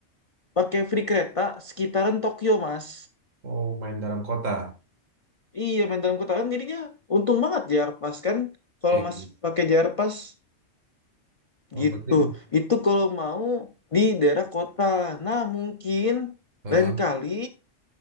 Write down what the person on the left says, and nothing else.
pakai free kereta sekitaran Tokyo, Mas.
Iya, main dalam kota kan jadinya untung banget JR Pass kan kalau
Mas pakai JR Pass
gitu.
Itu kalau mau di daerah kota. Nah, mungkin
lain kali